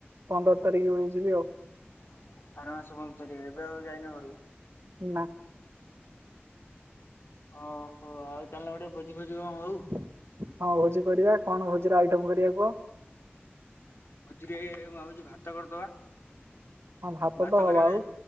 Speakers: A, on the right; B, on the left.
A: ପନ୍ଦର ତାରିଖ ବେଳକୁ ଯିବି ଆଉ।
B: ଆର ମାସ ପନ୍ଦର ତାରିଖରେ ଏବେ ଆଉ ଯାଇନ ଘରକୁ?
A: ନା।
B: ଓ ହୋ ଆଉ ଚାଲୁନ ଗୋଟେ ଭୋଜି ଫୋଜି ଗୋଟେ କଣ ହଉ।
A: ହଁ ଭୋଜି କରିବା କଣ ଭୋଜିର ଆଇଟମ୍ କରିବା କୁହ?
B: ଭୋଜିରେ ମୁଁ ଭାବୁଛି ଭାତ କରିଦବା
A: ହଁ
B: ଭାତ
A: ତ ହବ
B: କରିବାନା
A: ଆଉ